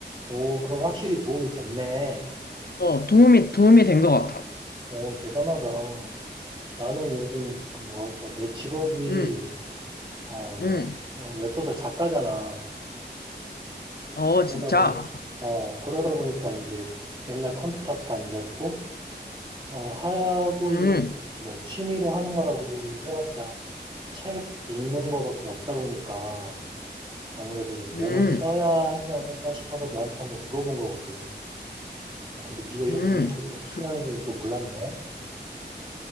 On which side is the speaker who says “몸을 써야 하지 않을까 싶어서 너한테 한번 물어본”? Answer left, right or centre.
Right